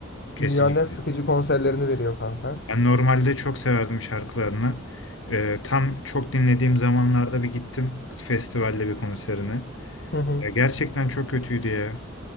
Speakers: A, on the left; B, on the left.
A: Kesinlikle.
B: Dünyanın en sıkıcı konserlerini veriyor kanka.
A: Ben normalde çok severdim şarkılarını. Ee, tam çok dinlediğim zamanlarda bir gittim festivalde bir konserine.
B: Hı hı,
A: Ya gerçekten çok kötüydü ya.